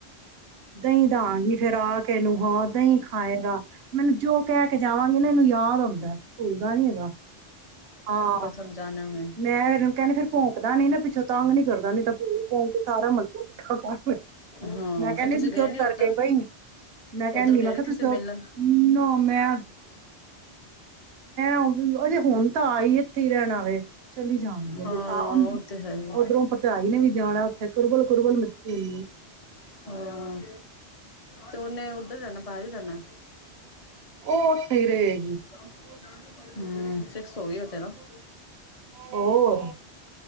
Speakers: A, on the right (about 65°); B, on the left (about 40°).
A: ਦਹੀਂ ਦਾਗੀ ਫੇਰ ਆ ਕੇਨੂੰ ਹਾਂ ਦਹੀਂ ਖਾਏਗਾ ਮੈਨੂੰ ਜੋ ਕਹਿ ਕੇ ਜਾਵਾਂ ਇਹਨੂੰ ਯਾਦ ਆਉਂਦਾ ਭੁਲਦਾ ਨੀ ਹੈਗਾ ਹਾਂ
B: ਸਮਝਾਣੇ ਹੋਏ
A: ਮੈਂ ਇਹਨੂੰ ਕਹਿੰਦੇ ਫੇਰ ਭੋਂਕਦਾ ਨੀ ਪਿੱਛੋਂ ਤਾਂ ਨੀ ਕਰਦਾ ਨਈ ਤਾਂ ਪੋਕ ਪੋਕ ਸਾਰਾ ਮਲਾ ਕਠਾ ਕਰ ਲਏਗਾ
B: ਹਾਂ
A: ਮੈ ਕਹਿੰਦੀ
B: ਫਿਰ ਤੁਸੀਂ
A: ਤੂੰ
B: ਗਏ
A: ਚੁਪ
B: ਨੀ ਉੱਧਰ
A: ਕਰਕੇ ਬਈ ਮੈਂ ਕਹਿੰਦੀ
B: ਉੱਧਰ ਗਏ
A: ਆ
B: ਨੀ
A: ਤੁ
B: ਤੁਸੀਂ
A: ਚੁੱਪ
B: ਮਿਲਣ
A: ਨਾ ਮੈ ਉਹ- ਅਜੇ ਹੁਣ ਤਾਂ ਆਈ ਇੱਥੇ ਹੀ ਰਹਿਣਾ ਵੇ, ਚਲੀ ਜਾਵਾਂਗੀ ਅਜੇ
B: ਹਾਂ
A: ਤਾਂ
B: ਉਹ ਤੇ ਹੈ ਹੀ।
A: ਉੱਧਰੋਂ ਭਰਜਾਈ ਨੇ ਵੀ ਜਾਣਾ ਉੱਥੇ ਕੁਰਬਲ-ਕੁਰਬਲ ਮੱਚੀ ਹੋਈ ਏ,
B: ਹਾਂ ਤੇ ਓਹਨੇ ਉੱਧਰ ਹੀ ਰਹਿਣਾ ਬਾਹਰ ਹੀ ਰਹਿਣਾ।
A: ਉਹ ਉਥੇ ਹੀ ਰਹੇ
B: ਤਡ ਹਮ ਫਿਕਸ ਹੋ ਗਈ ਉਥੇ ਨਾ। ਚਦੇ
A: ਹੋਰ,